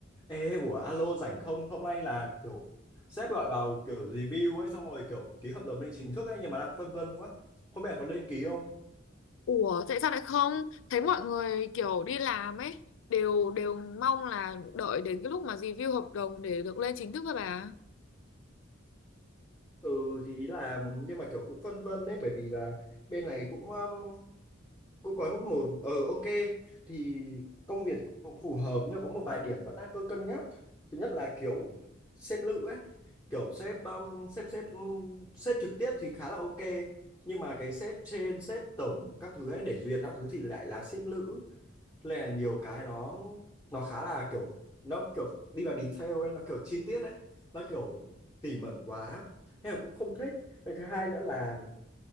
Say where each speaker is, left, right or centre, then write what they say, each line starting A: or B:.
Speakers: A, on the left; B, on the left.
A: Ê, ủa alo rảnh không? Hôm nay là kiểu sếp gọi vào kiểu review ấy xong rồi kiểu ký hợp đồng lên chính thức ấy nhưng mà đang phân vân quá. Không biết là có lên ký không?
B: Ủa tại sao lại không? Thấy mọi người kiểu đi làm ấy đều đều mong là đợi đến cái lúc mà review hợp đồng để được lên chính thức các bà.
A: Ừ thì ý là nhưng mà kiểu cũng phân vân đấy bởi vì là bên này cũng um, cũng có một ừ ok thì công việc cũng phù hợp nhưng có một vài điểm vẫn đang cứ cân nhắc. Thứ nhất là kiểu sếp nữ ấy, kiểu sếp um, sếp sếp um, sếp trực tiếp thì khá là ok nhưng mà cái sếp trên sếp tổng các thứ ấy để duyệt các thứ thì lại là sếp nữ nên là nhiều cái nó nó khá là kiểu nó kiểu đi vào detail ấy nó kiểu chi tiết ấy nó kiểu tỉ mẩn quá nên là cũng không thích về thứ hai nữa là